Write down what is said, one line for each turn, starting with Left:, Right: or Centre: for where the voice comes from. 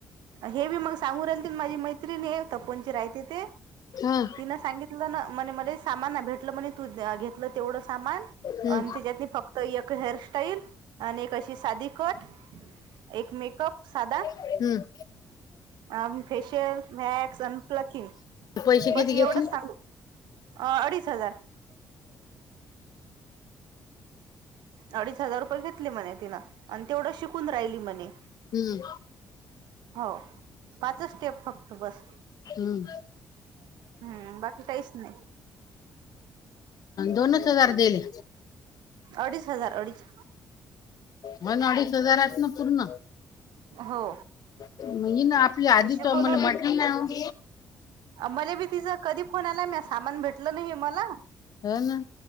Right: हे बी मग सांगून राहिलतील माझी मैत्रिणी तपोनची राहते ते.
Left: हा
Right: तिनं सांगितलं ना म्हणे मला सामान ना भेटलं म्हणे तू घेतलं तेवढं सामान.
Left: हम्म.
Right: आणि त्याच्यात फक्त एक हेअरस्टाईल आणि एक अशी साधी कट. एक मेकअप साधदा.
Left: हम्म.
Right: अ फेशियल वॅक्स अन प्लकिंग.
Left: पैसे किती
Right: बस
Left: घेतले?
Right: एवढंच सांग अ अडीच हजार. अडीच हजार रुपये घेतले म्हणे तिनं आणि तेवढं शिकून राहिली म्हणे.
Left: हम्म.
Right: हो पाचच स्टेप फक्त बस.
Left: हम्
Right: हम्म बाकी तहीच नाही.
Left: दोनच हजार दिले.
Right: अडीच हजार अडीच.
Left: पण अडीच हजारात ना पूर्ण
Right: हो.
Left: म ना आपली
Right: म्हणजे
Left: आधी
Right: शिकून
Left: त मला मट.
Right: मला बी तिचा कधी फोन आला म सामान भेटलं नाही मला.
Left: हो ना.